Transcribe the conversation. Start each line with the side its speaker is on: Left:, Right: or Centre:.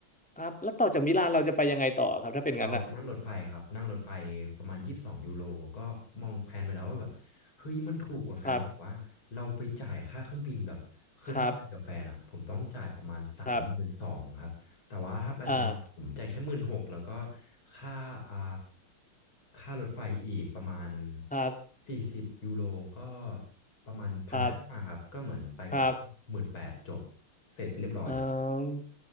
Centre: ครับแล้วต่อจากมิลานเราจะไปยังไงต่อครับถ้าเป็นงั้นนะ
Left: เรานั่งรถไฟครับนั่งรถไฟประมาณยี่สิบสองยูโรก็มองแพลนไว้แล้วว่าแบบเฮ้ยมันถูกกว่ากันที่แบบว่าเราไปจ่ายค่าเครื่องบินแบบคือถ้าไปกับแฟนอ่ะผมต้องจ่ายประมาณสามหมื่นสองครับแต่ว่าถ้าไปคนเดียวผมจ่ายแค่หมื่นหกแล้วก็
Centre: ครับครับครับอ่า
Left: ค่าอ่าค่ารถไฟอีกประมาณ
Centre: ครับ
Left: สี่สิบยูโรก็ประมาณพันห้าครับก็เหมือนไปกลับหมื่นแปดจบ
Centre: ครับครับ
Left: เสร็จเรียบร้อยครับ
Centre: เออ